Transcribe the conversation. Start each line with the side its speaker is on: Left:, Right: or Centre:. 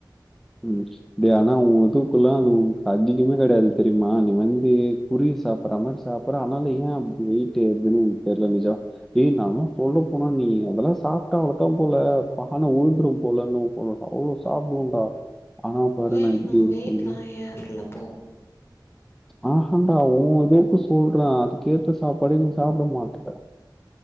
Centre: ம். டே ஆனா உ இதுக்குல்லா அது உன்கு அதிகமே கெடையாது தெரியுமா நீ வந்து குருவி சாப் பறமாரி சாப்ற ஆனாலு ஏ அப்டி வெயிட்டு ஏறுதுன் தெர்ல பூஜா. ஏ நானு சொல்ல போனா நீயி அதல்லா சாப்ட்டா அவ்ளத்தாம் போல பான உழுந்துரும் போலன்னு போலருக்கு அவ்ளோ சாப்டுவன்டா. ஆனா பாரு
Left: ஏய்
Centre: எப்டி
Left: நா
Centre: இருக்கேன்னு
Left: வெயிட்லா ஏற்ல போ.
Centre: ஆஹண்டா உ இதுக்கு சொல்றே அதுக்கேத்த சாப்பாடே நீ சாப்ட மாட்ற.